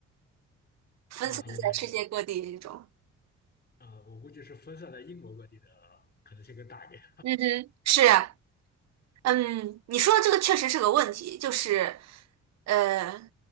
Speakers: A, on the right; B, on the left.
A: 分散在世界各地这种。
B: 啊，应该是的。啊，我估计是分散在英国各地的可能性更大一点。
A: 嗯哼，是呀，嗯，你说的这个确实是个问题，就是呃